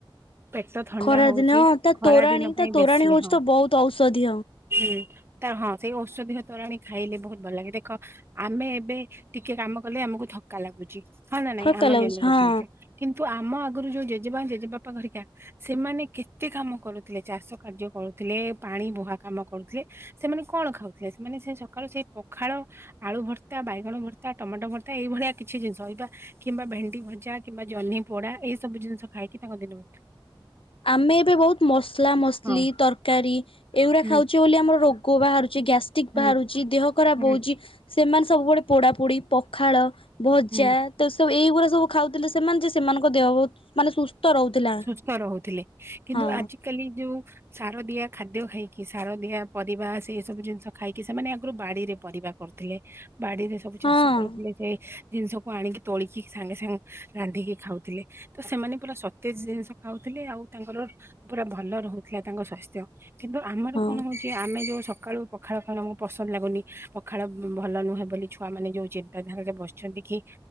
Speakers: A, on the right (about 25°); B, on the left (about 85°).
A: ପେଟ ଥଣ୍ଡା
B: ଖରା
A: ହଉଛି
B: ଦିନ ତା
A: ଖରା
B: ତୋରାଣୀ
A: ଦିନ ପାଇଁ
B: ତା ତୋରାଣୀ
A: ବେଶୀ
B: ହଉଛି
A: ହଁ।
B: ତ ବହୁତ ଔଷଧୀୟ।
A: ହୁଁ ତା ହଁ ସେଇ ଔଷଧିୟ ତୋରାଣୀ। ଖାଇଲେ ବହୁତ ଭଲ ଲାଗେ ଦେଖ ଆମେ ଏବେ ଟିକେ କାମ କଲେ ଆମକୁ ଥକ୍କା ଲାଗୁଛି। ହଁ ନ ନାଇଁ
B: ଥକା
A: ଆମ
B: ଲାଗୁଛି
A: ଜେନେରେସନକୁ
B: ହଁ
A: କିନ୍ତୁ ଆମ ଆଗରୁ ଯୋଉ ଜେଜେମା ଜେଜେବାପା ଘରିକା ସେମାନେ କେତେ କାମ କରୁଥିଲେ ଚାଷ କାର୍ଯ୍ୟ କରୁଥିଲେ, ପାଣି ବୁହା କାମ କରୁଥିଲେ। ସେମାନେ କଣ ଖାଉଥିଲେ ସେମାନେ ସେ ସକାଳୁ ସେଇ ପଖାଳ ଆଳୁ ଭର୍ତ୍ତା ବାଇଗଣ ଭର୍ତ୍ତା ଟମାଟୋ ଭର୍ତ୍ତା ଏଇଭଳିଆ କିଛି ଜିନିଷ ଇବା କିମ୍ବା ଭେଣ୍ଡି ଭଜା କିମ୍ବା ଜହ୍ନି ପୋଡା ଏଇ ସବୁ ଜିନିଷ ଖାଇକି ତାଙ୍କ ଦିନ। <inaudible>
B: ଆମେ ଏବେ ବହୁତ ମସଲା ମସଲି
A: ହଁ
B: ତରକାରୀ ଏଇଗୁଡା
A: ହୁଁ
B: ଖାଉଛୁ। ଆମର ରୋଗ ବାହାରୁଛି, ଗ୍ୟାଷ୍ଟିକ
A: ହୁଁ
B: ବାହାରୁଛି, ଦେହ ଖରାପ
A: ହୁଁ
B: ହଉଛି, ସେମାନେ ସବୁବେଳେ ପୋଡା ପୋଡି ପଖାଳ ଭଜା
A: ହୁଁ
B: ତ ତ ଏଇଗୁଡା ସବୁ ଖାଉଥିଲେ ସେମାନେ ଯେ ସେମାନଙ୍କ ଦେହ ମାନେ ସୁସ୍ଥ ରହୁଥିଲା।
A: ସୁସ୍ଥ ରହୁଥିଲେ କିନ୍ତୁ
B: ହଁ
A: ଆଜି କାଲି ଯୋଉ ସାରଦିଆ ଖାଦ୍ୟ ଖାଇକି ସାର ଦିଆ ପରିବା ସେଇ ସବୁ ଜିନିଷ ଖାଇକି ସେମାନେ ଆଗରୁ ବାଡିରେ ପରିବା କରୁଥିଲେ ବାଡିରେ ସବୁ ଚାଷ
B: ହଁ।
A: କରୁଥିଲେ ସେ ଜିନିଷକୁ ଆଣିକି ତୋଳିକି ସାଙ୍ଗେ ସାଙ୍ଗେ ରାନ୍ଧିକି ଖାଉଥିଲେ ତ ସେମାନେ ପୁରା ସ ସତେଜ ଜିନିଷ ଖାଉଥିଲେ ଆଉ ତାଙ୍କର ପୁରା ଭଲ ରହୁଥିଲା ତାଙ୍କ ସ୍ୱାସ୍ଥ୍ୟ। କିନ୍ତୁ ଆମର
B: ହଁ
A: କଣ ହଉଛି? ଯେ ଆମେ ଯେଉଁ ସକାଳୁ ପଖାଳ ଖାଉବାକୁ ପସନ୍ଦ ଲାଗୁନି ପଖାଳ ଭଲ ନୁହେଁ ବୋଲି ଛୁଆମାନେ ଯୋଉଁ ଜି ଧାରରେ ବସିଛନ୍ତି କି